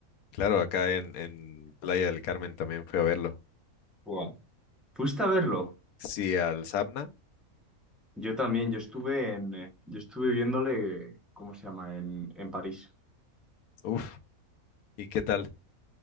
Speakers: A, on the left (about 80°); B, in the centre.
A: Claro, acá en, en Playa del Carmen también fui a verlo.
B: Buah. ¿Fuiste a verlo?
A: Sí, al Sabna.
B: Yo también, yo estuve en, eh, yo estuve viéndole, ¿cómo se llama? En, en París.
A: Uf, ¿y qué tal?